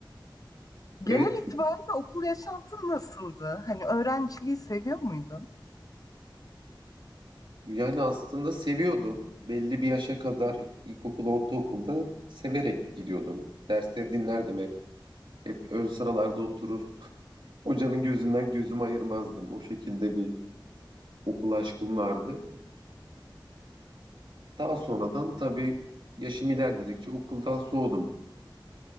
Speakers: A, on the left (about 45°); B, on the right (about 70°).
A: Genel
B: Evet,
A: itibariyle okul yaşantın nasıldı? Hani öğrenciliği seviyor muydun?
B: Yani aslında seviyordum. Belli bir yaşa kadar ilkokul, ortaokulda severek gidiyordum. Dersleri dinlerdim hep. Hep ön sıralarda oturur. Hocanın gözünden gözümü ayırmazdım. O şekilde bir okul aşkım vardı. Daha sonradan tabii yaşım ilerledikçe okuldan soğudum.